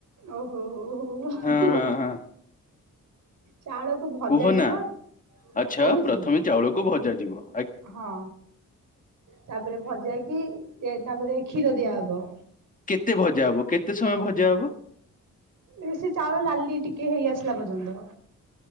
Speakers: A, on the right; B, on the left.
A: ଓହୋ, ଓହୋ,
B: ହଁ ହଁ ହଁ
A: ଚାଉଳ କୁ ଭଜା
B: କୁହ
A: ଯିବ।
B: ନା ଆଚ୍ଛା
A: କହୁଛି
B: ପ୍ରଥମେ ଚାଉଳକୁ ଭଜା ଯିବ।
A: ହଁ, ତାପରେ ଭଜାହେଇକି ତାପରେ କ୍ଷୀର ଦିଆହବ।
B: କେତେ ଭଜା ହବ? କେତେ ସମୟ ଭଜା ହବ?
A: ଏ, ସେ ଚାଉଳ ଲାଲି ଟିକେ ହେଇ ଆସିଲା ପର୍ଯ୍ୟନ୍ତ।